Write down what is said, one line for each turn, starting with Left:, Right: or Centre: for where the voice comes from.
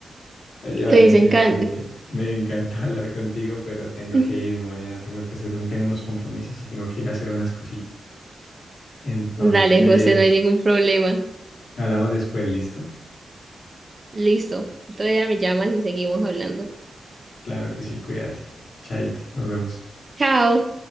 Left: Oye, Valentina,
Right: Te dicen can.
Left: me, me encantó <laughs> hablar contigo, pero tengo
Right: <laughs>
Left: que irme mañana, tengo que hacer un, tengo unos compromisos y tengo que ir a hacer unas cositas. Entonces,
Right: Dale, José, no hay ningún problema.
Left: hablamos después, ¿listo?
Right: Listo. Otro día me llamas y seguimos hablando.
Left: Claro que sí, cuídate. Chaito, nos vemos.
Right: Chao.